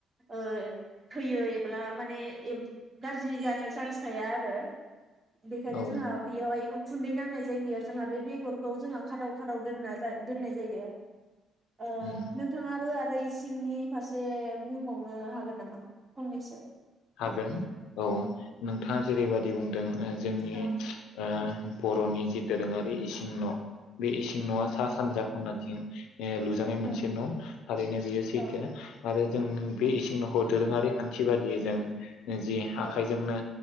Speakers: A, on the right (about 30°); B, on the left (about 90°).
A: ओ थैयो एब्ला माने एम्फ गाज्रि जानो चान्स थाया आरो। बेखायनो
B: औ औ
A: जोंहा बेयावहाय खुन्दै नांनाय जायगायाव जोंहा बे बेगरखौ जोंहा खादाव खादाव दोनना दोननाय जायो। ओ
B: उम
A: नोंथाङाबो आरो सिंनि फारसे बुंबावनो हागोन नामा फंनैसो।
B: हागोन औ नोंथाङा जेरैबायादि बुंदों आं जोंनि
A: औ
B: ओ बरनि जि दोरोङारि इसिं न बे इसिं नआ सा सानजा खनाथिं ए लुजानाय
A: औ
B: मोनसे न थारैनो बेयो सैथो
A: औ
B: आरो जों
A: उम
B: बे इसिं नखौ दोरोङारि खान्थि बायदियै जों <inaudible> नो जि
A: औ
B: आखाइजोंनो